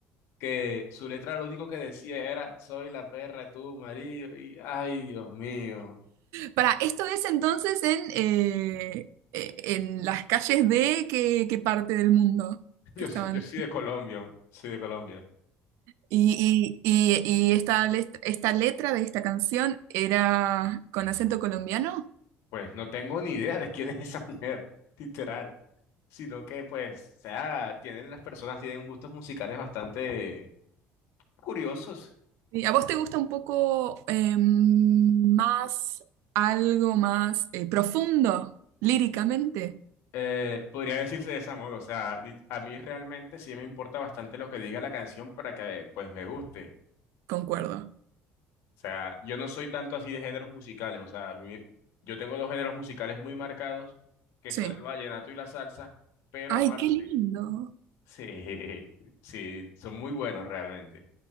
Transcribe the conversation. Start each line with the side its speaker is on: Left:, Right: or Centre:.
Left: que su letra lo único que decía era, soy la perra de tu marido, y ay, Dios mío.
Right: Para, esto es entonces en, eh, eh, en las calles de qué, qué parte del mundo
Left: <laughs> Yo,
Right: que estaban.
Left: yo, yo soy de Colombia, soy de Colombia.
Right: Y, y- y- y esta letra, esta letra de esta canción era con acento colombiano.
Left: Pues no tengo ni idea de quién es esa mujer, <laughs> literal, sino que pues, o sea, tienen las personas, tienen gustos musicales bastante curiosos.
Right: ¿Y a vos te gusta un poco eh, más, algo más eh, profundo líricamente?
Left: Eh, podría decirse de esa modo, o sea, li- a mí realmente sí me importa bastante lo que diga la canción para que pues me guste.
Right: Concuerdo.
Left: O sea, yo no soy tanto así de géneros musicales, o sea, mi- yo tengo dos géneros musicales muy marcados, que
Right: Sí.
Left: son el vallenato y la salsa, pero
Right: Ay,
Left: aparte,
Right: qué lindo.
Left: sí, <laughs> sí, son muy buenos realmente.